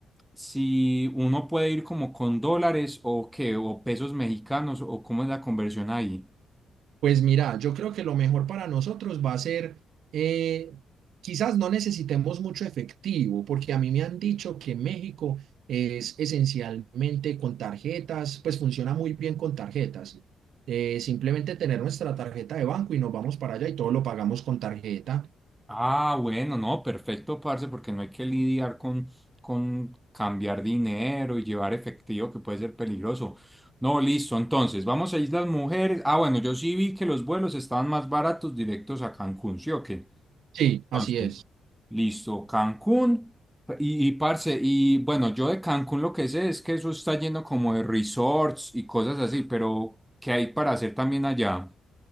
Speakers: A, in the centre; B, on the right.
A: si uno puede ir como con dólares o qué, o pesos mexicanos, o cómo es la conversión ahí.
B: Pues mira, yo creo que lo mejor para nosotros va a ser, eh, quizás no necesitemos mucho efectivo, porque a mí me han dicho que México es esencialmente con tarjetas, pues funciona muy bien con tarjetas. Eh, simplemente tener nuestra tarjeta de banco y nos vamos para allá y todo lo pagamos con tarjeta.
A: Ah, bueno, no, perfecto, parce, porque no hay que lidiar con, con cambiar dinero y llevar efectivo, que puede ser peligroso. No, listo, entonces, vamos a Islas Mujeres. Ah, bueno, yo sí vi que los vuelos estaban más baratos directos a Cancún, ¿sí o qué?
B: Sí,
A: Entonces,
B: así es.
A: listo, Cancún. Y, y, parce, y bueno, yo de Cancún lo que sé es que eso está lleno como de resorts y cosas así, pero ¿qué hay para hacer también allá?